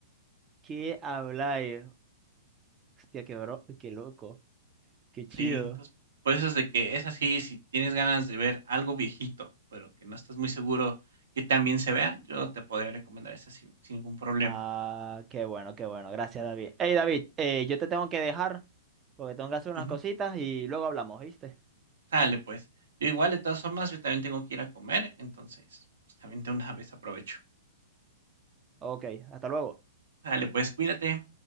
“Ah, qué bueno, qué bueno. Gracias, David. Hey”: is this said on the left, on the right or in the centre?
Right